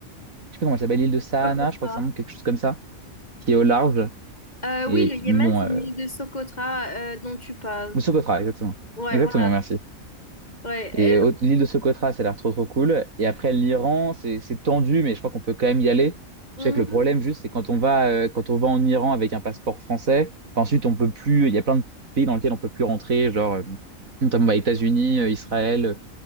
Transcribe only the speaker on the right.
je sais pas comment elle s'appelle, l'île de Sahana,
je crois que c'est un nom, quelque chose comme ça, qui est au large
et
qui,
bon,
euh,
ou Socotra, exactement.
Exactement,
merci.
Et au- l'île de Socotra, ça a l'air trop trop cool. Et après l'Iran, c'est c'est tendu, mais je crois qu'on peut quand même y aller.
Je sais que le problème juste, c'est quand on va euh, quand on va en Iran avec un passeport français, ensuite on peut plus. Il y a plein de pays dans lesquels on peut plus rentrer, genre euh, notamment bah, États-Unis, euh, Israël, euh,